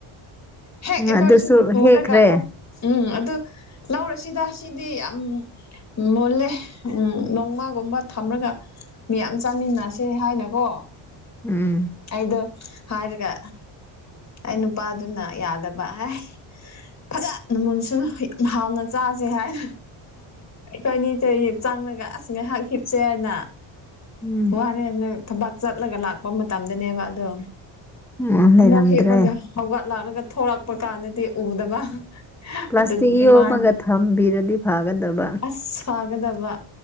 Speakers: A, on the left (about 30°); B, in the centre.
A: ꯍꯦꯛ ꯑꯩꯈꯣꯏꯁꯨ
B: ꯑꯗꯨꯁꯨ ꯍꯦꯛꯈ꯭ꯔꯦ
A: ꯎꯔꯒ ꯂꯧ ꯎꯝ ꯑꯗꯨ ꯂꯧꯔꯁꯤꯗ ꯁꯤꯗꯤ ꯌꯥꯝ ꯃꯨꯜꯂꯦ ꯎꯝ ꯅꯣꯡꯃꯥꯒꯨꯝꯕ ꯊꯝꯂꯒ ꯃꯤꯌꯥꯝ ꯆꯥꯃꯤꯟꯅꯁꯦ ꯍꯥꯏꯅꯀꯣ
B: ꯎꯝ
A: ꯑꯩꯗꯣ ꯍꯥꯏꯔꯒ ꯑꯩ ꯅꯨꯄꯥꯗꯨꯅ ꯌꯥꯗꯕ ꯍꯥꯏ ꯐꯖꯅ <unintelligible> ꯃꯨꯟꯁꯨꯅ ꯍꯥꯎꯅ ꯆꯥꯁꯦ ꯍꯥꯏ ꯀꯅꯤ ꯇ ꯆꯥꯡꯅꯒ ꯑꯁ ꯉꯥꯏꯍꯥꯛꯈꯤꯞꯁꯦ ꯍꯥꯏꯅ
B: ꯎꯝ
A: ꯋꯥꯔꯦ ꯅꯣꯏ ꯊꯕꯛ ꯆꯠꯂꯒ ꯂꯥꯛꯄ ꯃꯇꯝꯗꯅꯦꯕ ꯑꯗꯣ
B: ꯑꯣ ꯂꯩꯔꯝꯗ꯭ꯔꯦ
A: ꯑꯃꯨꯛ ꯍꯦꯛꯃꯒ ꯍꯧꯒꯠꯂꯛꯂꯒ ꯊꯂꯛꯄ ꯀꯥꯟꯗꯗꯤ ꯎꯗꯕ
B: ꯄ꯭ꯂꯥꯁꯇꯤꯛ
A: ꯑꯗꯨꯗꯤ
B: ꯌꯣꯝꯃꯒ
A: ꯃꯥꯅ
B: ꯊꯝꯕꯤꯔꯗꯤ ꯐꯥꯒꯗꯕ
A: ꯑꯁ ꯐꯒꯗꯕ